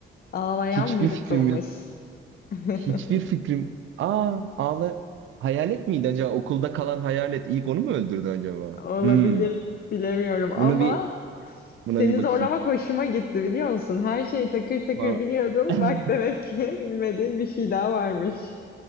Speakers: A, on the left; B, on the right.
A: Ağlayan
B: Hiçbir
A: Myrtle'mış.
B: fikrim yok. Hiçbir
A: <laughs>
B: fikrim. Aa, ağla. Hayalet miydi acaba? Okulda kalan hayalet ilk onu mu öldürdü acaba?
A: Olabilir,
B: Hmm.
A: bilemiyorum ama
B: Bunu bir buna
A: seni
B: bir bakayım.
A: zorlamak hoşuma gitti biliyor musun? Her şeyi takır takır
B: Vallahi.
A: biliyordun.
B: <laughs>
A: Bak demek ki <laughs> bilmediğin bir şey daha varmış.